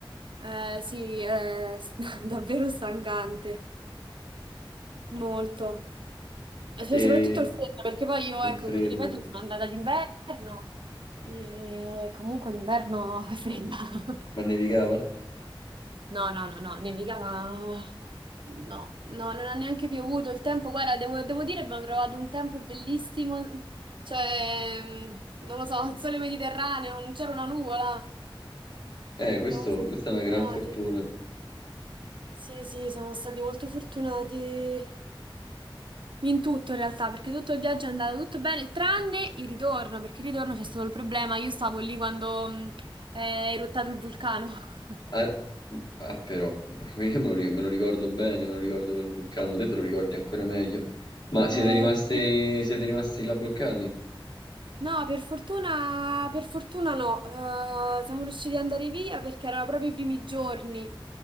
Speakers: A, on the right (about 65°); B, on the left (about 55°).
A: Eh, sì, è <laughs> davvero stancante, molto. Eh, cioè,
B: E
A: soprattutto il freddo, perché poi io,
B: il
A: ecco,
B: freddo.
A: come ti ripeto, sono andata d'inverno e comunque l'inverno è fredda. <laughs>
B: Ma nevicava?
A: No, no, no, no, nevicava... No, no, non ha neanche piovuto il tempo. Guarda, devo, devo dire, abbiamo trovato un tempo bellissimo. Cioè, mm, non lo so, il sole mediterraneo, non c'era una nuvola.
B: Eh, questo,
A: Siamo stati
B: questa
A: fortunati.
B: è una gran fortuna.
A: Sì, sì, siamo stati molto fortunati. In tutto in realtà, perché tutto il viaggio è andato tutto bene, tranne il ritorno, perché il ritorno c'è stato il problema. Io stavo lì quando mh, è eruttato il vulcano. <laughs>
B: Ah, ah, però, <laughs> io me lo, ri- me lo ricordo bene, me lo ricordo quel vulcano, te te lo ricordi ancora meglio. Ma
A: Eh,
B: siete rimaste,
A: sì.
B: siete rimasti là bloccati?
A: No, per fortuna, per fortuna no, Eh, siamo riusciti ad andare via perché erano proprio i primi giorni.